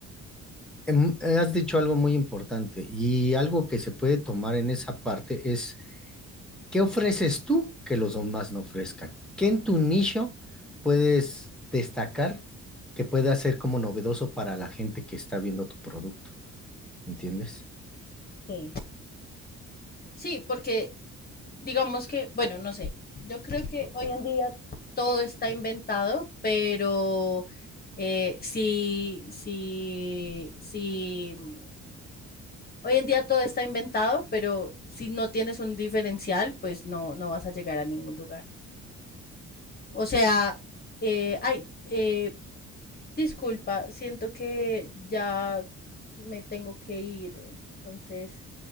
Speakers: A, in the centre; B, on the left.
A: Em, Has dicho algo muy importante y algo que se puede tomar en esa parte es, ¿qué ofreces tú que los demás no ofrezcan? ¿Qué en tu nicho puedes destacar que pueda ser como novedoso para la gente que está viendo tu producto? ¿Entiendes?
B: Sí. Sí, porque digamos que, bueno, no sé, yo creo que hoy en día todo está inventado, pero eh, sí sí si, mm, hoy en día todo está inventado, pero si no tienes un diferencial, pues no, no vas a llegar a ningún lugar. O sea, eh, ay, eh, Disculpa, siento que ya me tengo que ir. Entonces,